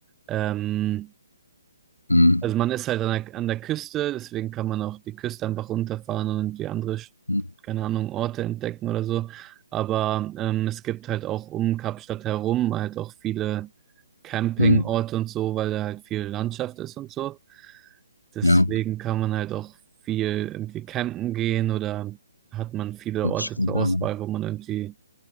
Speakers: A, on the right; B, on the left.
A: ähm,
B: Mhm.
A: also man ist halt an der, an der Küste, deswegen kann man auch die Küste einfach runterfahren und die andere, Sch-
B: Mhm.
A: keine Ahnung, Orte entdecken oder so. Aber ähm, es gibt halt auch um Kapstadt herum halt auch viele Campingorte
B: Mhm.
A: und so, weil da halt viel Landschaft ist und so. Deswegen
B: Ja,
A: kann man halt auch viel irgendwie campen gehen oder hat man viele
B: hört
A: Orte
B: sich gut
A: zur Auswahl,
B: an.
A: wo man irgendwie